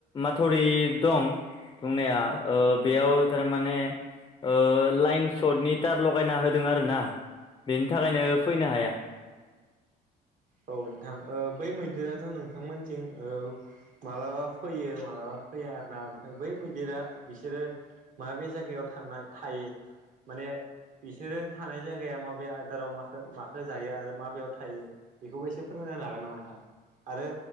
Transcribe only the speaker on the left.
माथावरि दं। बुंनाया ओ बेयाव थारमाने ओ लाइन सर्टनि तार लगायना होदों आर ना बेनि थाखायनो फैनो हाया।